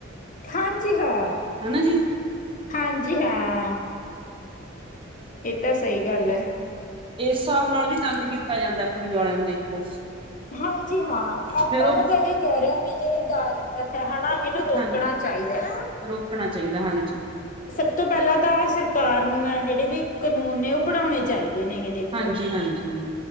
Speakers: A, on the left (about 40°); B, on the right (about 25°).
A: ਹਾਂਜੀ ਹਾਂ,
B: ਹਨਾ ਜੀ
A: ਹਾਂਜੀ ਹਾਂ। ਤੇ ਸਹੀ ਗੱਲ ਐ।
B: ਏਸ ਸਾਬ ਨਾਲ ਵੀ ਤੰਗ ਕੀਤਾ ਜਾਂਦਾ ਕੁੜੀ ਵਾਲਿਆਂ ਨੂੰ ਦੇਖੋ।
A: ਹਾਂਜੀ ਹਾਂ, ਆਪਾਂ
B: ਫੇਰ ਉਹ
A: ਓਹ ਤਾਂ ਇਹ ਕਹਿ ਰੇ ਆਂ ਵੀ ਜਿਹੜੀ ਦਾਜ ਪ੍ਰਥਾ ਐ ਹਨਾ, ਇਹਨੂੰ ਰੋਕਣਾ
B: ਹਾਂ
A: ਚਾ ਚਾਹੀਦਾ ਐ।
B: ਰੋਕਣਾ ਚਾਹੀਦਾ ਹਾਂਜੀ
A: ਸਭ ਤੋਂ ਪਹਿਲਾਂ ਤਾਂ ਸਰਕਾਰ ਨੂੰ ਐਂ, ਜਿਹੜੇ ਏਦੇ ਕਨੂੰਨ ਨੇ ਉਹ ਬਣਾਉਣੇ ਚਾਹੀਦੇ। ਨੇਗੇ ਦੇਖੋ।
B: ਹਾਂਜੀ ਹਾਂਜੀ।